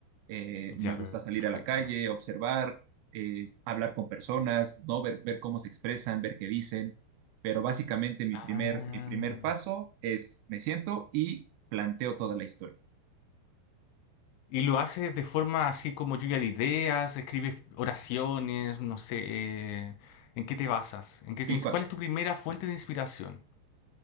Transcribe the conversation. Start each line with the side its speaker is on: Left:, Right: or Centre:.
Right: Eh, me
Left: Ya,
Right: gusta salir
Left: perfecto.
Right: a la calle, observar eh, hablar con personas, ¿no? Ver, ver cómo se expresan, ver qué dicen. Pero básicamente mi
Left: Ah.
Right: primer, mi primer paso es me siento y planteo toda la historia.
Left: Y lo hace de forma así como lluvia de ideas, escribes oraciones, no sé, eh, ¿en qué te basas? ¿En
Right: Sí,
Left: qué te ins-
Right: cua-
Left: ¿Cuál es tu primera fuente de inspiración?